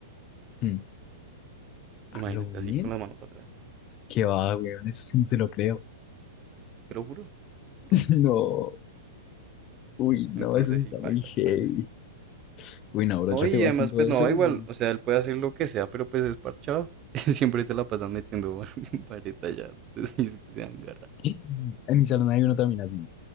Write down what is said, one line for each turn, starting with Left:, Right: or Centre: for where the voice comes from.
Left: Mm, ¿A
Right: Imagínate,
Left: lo bien?
Right: así con la mano para atrás.
Left: ¿Qué va, weón? Eso sí no se lo creo.
Right: Te lo juro, te lo juro.
Left: <laughs> No, uy, no,
Right: Entonces
Left: eso sí
Right: sí,
Left: está
Right: paila,
Left: muy heavy.
Right: paila.
Left: Uy, no, bro,
Right: No,
Left: yo
Right: y
Left: te voy
Right: además,
Left: haciendo
Right: pues
Left: eso
Right: no,
Left: y
Right: igual, o sea, él puede hacer lo que sea, pero pues es parchado. <laughs> Siempre se la pasan metiendo <laughs> vareta ya, entonces <laughs> es que se dan garra.
Left: En mi salón hay uno también así,